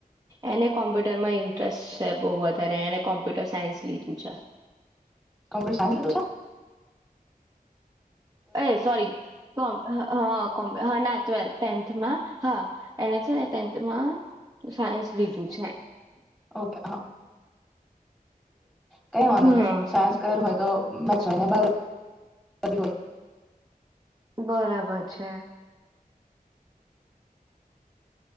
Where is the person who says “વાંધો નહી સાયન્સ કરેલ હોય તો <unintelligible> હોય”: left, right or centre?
Centre